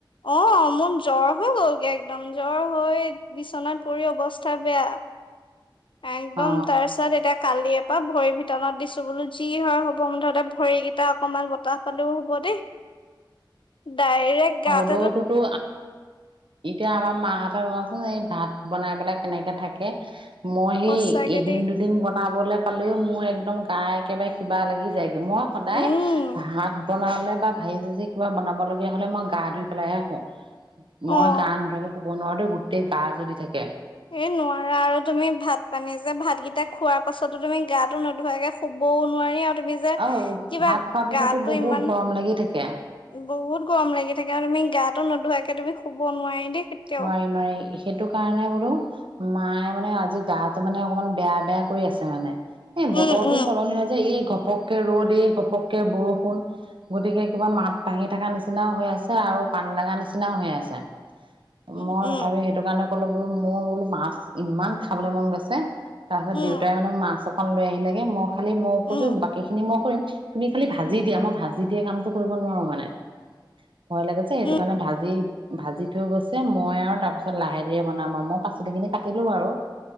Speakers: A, on the left; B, on the right.
A: অ মন জ্বৰ হৈ গ'লগে একদম জ্বৰ হৈ বিচনাত পৰি অৱস্থা বেয়া একদম
B: অ
A: তাৰপিছত এতিয়া কালি তাৰা ভৰিৰ ভিতনত দিছো বোলো যি হয় হ'ব ম ধৰ ভৰিকেইটা অকনমান বতাহ পালেও হব দেই ডাইৰেক্ট গাত
B: ৰৌততো এতিয়া আমাৰ মাহ এটা ৰচোন এই ভাত বনাই পেলাই কেনেকে থাকে মই সেই
A: সঁচাকে
B: এদিন
A: দেই
B: দুদিন বনাবলৈ পালেও মোৰ একদম গা একেবাৰে কিবা লাগি যায়গৈ মই সদায়
A: উম
B: ভাত বনালে বা ভাজি চাজি কিবা বনাব লগীয়া হ'লে মই গা ধুই পেলাইহে শুওঁ মই
A: অ
B: গানা নোধোৱাকে শুব বনোৱাতে গোটেই গা জ্বলি থাকে
A: এ নোৱাৰা আৰু তুমি ভাত পানী যে ভাতকেইটা খোৱাৰ পাছতো তুমি গাটো নোধোৱাকে শুবও নোৱাৰি আৰু তুমি যে
B: অ ভাত
A: কিবা
B: খোৱাৰ পিছতো
A: গাটো
B: বহুত
A: ইমান
B: গৰম লাগি থাকে
A: বহুত গৰম লাগি থাকে আৰু তুমি গাটো নোধুৱাকে তুমি শুব নোৱাৰি দেই কেতিয়াও।
B: নোৱাৰি নোৱাৰি সেইটো কাৰণে বোলো মায়ে মানে আজি গাটো মানে অকমান বেয়া বেয়া কৰি আছে মানে এ
A: উম,
B: বতৰটো
A: উম,
B: সলনি হয় যে এই ঘপ ঘপকে ৰ'দ এই ঘপককে বৰষুণ গতিকে কিবা মাত ভাঙি থকা নিচিনাও হৈ আছে আৰু পানী লগা নিচিনাও হৈ আছে
A: উম,
B: মই
A: উম,
B: তথাপি সেইটো কাৰণে বোলো মোৰ বোলো মাছ ইমান খাবলৈ মন গৈছে তাৰপছত
A: উম,
B: দেউতাই মানে মাছ অকন লৈ আহিলেগে মই খালি মই
A: উম,
B: কৈছো বাকী খিনি মই কৰিম তুমি খালি ভাজি দিয়া মই ভাজি দিয়া কামটো কৰিব নোৱাৰো মানে ভয় লাগে যে সেইটো
A: উম,
B: কাৰণে ভাজি ভাজিটো থ গৈছে মই আৰু তাৰপিছত লাহে ধীৰে বনাম আও মই পাচলি খিনি কাটিলো বাৰু